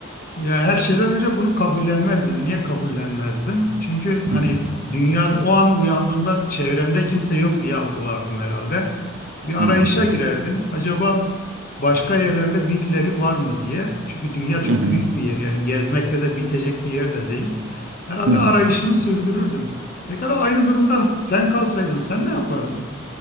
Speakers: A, on the left; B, on the right.
A: Ya her şeyden önce bunu kabullenmezdim. Niye kabullenmezdim? Çünkü hani
B: Hı hı,
A: dünyada o an uyandığımda çevremde kimse yok diye algılardım herhalde. Bir
B: hı
A: arayışa
B: hı,
A: girerdim. Acaba başka yerlerde birileri var mı diye. Çünkü dünya çok
B: hı hı,
A: büyük bir yer. Yani gezmekle de bitecek bir yer de değil. Herhalde
B: hı hı.
A: arayışımı sürdürürdüm. Pekala aynı durumda sen kalsaydın sen ne yapardın?